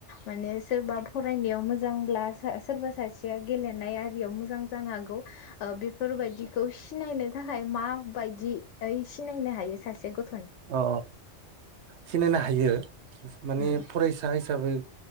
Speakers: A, on the left (about 80°); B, on the right (about 70°).
A: माने सोरबा फरायनायाव मोजांब्ला सोरबा सासेया गेलेनाय आरियाव मोजां। जानो हांगौ बेफोरबायदिखौ सिनायनो थाखाय माबायदि सिनायनो हायो सासे गथ'
B: अ अ सिनायनो हायो माने
A: उम
B: फरायसा हिसाबै